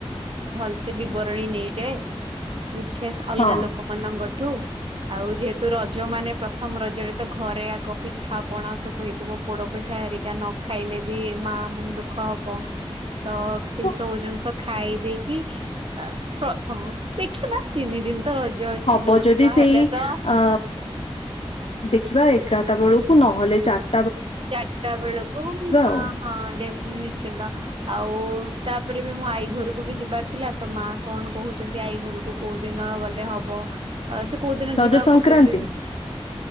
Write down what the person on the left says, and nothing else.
ହଁ
ହ
ହବ
ଯଦି
ସେଇ
ଅ
ଦେଖିବା ଏଗାରଟା ବେଳକୁ ନହେଲେ ଚାରି
ଆଉ
ରଜ
ସଂକ୍ରାନ୍ତି